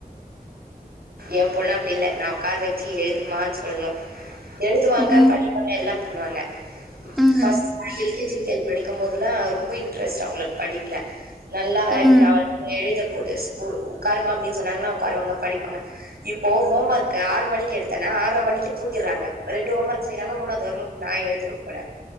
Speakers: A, on the right; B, in the centre.
A: என் பொண்ண அப்டி இல்ல நா உகார் வச்சு எழுதுமான் சொல்ணு எழுதுவாங்க
B: ம்
A: படிப்பாங்க எல்லா பண்ணுவாங்க
B: ம்
A: ஃபஸ்ட் எல்கேஜிே யூகேஜி படிக்கும்ப போதுல்லா ரொம்ப இன்ட்ரெஸ்ட் அவுங்களுக்கு படிப்புல நல்லா
B: ம்
A: நா வந்து எழுதக்கூடு ஸ்கூல் உட்காருமா அப்டின் சொன்னாங்கன்னா உட்காருவாங்க படிப்பாங்க இப்போ ஹோம் ஒர்க்கு ஆறு மணிக்கு எடுத்தனா ஆற்ர மணக்கு தூங்கிறாங்க ரெண்டு ஹோமர்க் செய்றாங்க மூனாது ஹோமர்க் நா எழுதனு போல